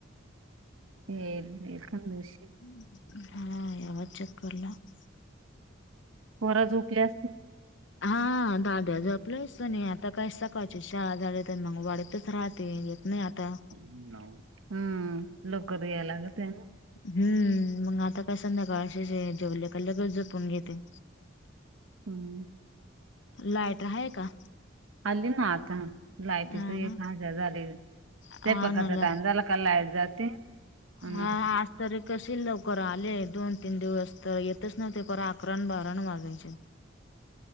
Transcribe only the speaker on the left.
<unintelligible>
हा दाद्या झोपल्या असन आता काही सकाळची शाळा झाल्या तर मग वाडीतच राहते येत नाही आता.
हम्म मग आता काय संध्याकाळशीे जेवले का लगेचच झोपून घेते.
लाईट आहे का?
हा
ना
हा ना ला
हा आज तारीख नशीब लवकर आले दोन तीन दिवस तर येतच नव्हते पार अकरा बारापण वाजायचे.